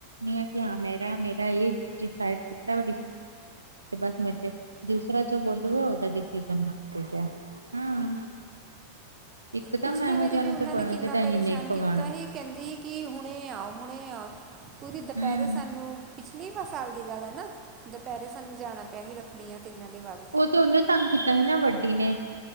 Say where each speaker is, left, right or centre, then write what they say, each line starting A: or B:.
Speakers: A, on the right; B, on the right.
A: ਹ ਕਿ ਹਾਂ ਮੇਰਾ ਮੇਰਾ ਇਹ ਡਿਸਾਈਡ ਕੀਤਾ ਤੇ ਬਸ ਮੈਂ ਦੂਸਰਾ ਜੋ ਬੋਲੂਗਾ, ਉਹਦਾ ਡਸੀਜ਼ ਮੰਨ ਗਿਆ ਹਾਂ ਇਕਦਮ
B: ਪਿਛਲੀ
A: ਇਹੋ
B: ਵਾਰੀ
A: ਜਿਹਾ
B: ਵੀ
A: ਨੂੰ
B: ਉਨ੍ਹਾਂ
A: ਤੇ ਬੋਲਣਾ
B: ਨੇ ਕਿੰਨਾ
A: ਚਾਹੀਦਾ ਅਸੀਂ
B: ਪਰੇਸ਼ਾਨ
A: ਨਹੀਂ ਖਵਾਉਣਾ
B: ਕੀਤਾ ਸੀ। ਕਹਿੰਦੀ, ਕਿ ਹੁਣੇ ਆਓ ਹੁਣੇ ਆਓ ਪੂਰੀ ਦੁਪਹਿਰੇ
A: ਹੂੰ,
B: ਸਾਨੂੰ ਪਿਛਲੇ ਵ ਸਾਲ ਦੀ ਗੱਲ ਹੈ ਨਾ, ਦੁਪਹਿਰੇ ਸਾਨੂੰ ਜਾਣਾ ਪਿਆ ਹੀ ਰੱਖਣੀਆਂ ਤੇ ਇਹਨਾਂ ਦੇ ਵੱਲ
A: ਉਹ ਤੇ ਉਹਨੇ ਤੰਗ ਕੀਤਾ ਸੀ ਨਾ ਵੱਡੀ ਨੇ